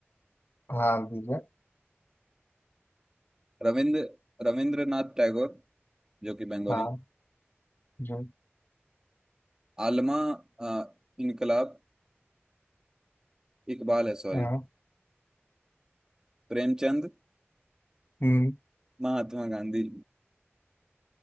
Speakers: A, on the left; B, on the right.
A: हाँ दीजिए
B: रविंद्र रविंद्रनाथ टैगोर जो कि बंगाली
A: हाँ जी
B: आलमा अ, इनकलाब इकबाल है सॉरी
A: हाँ
B: प्रेमचंद
A: हम्म,
B: महात्मा गांधी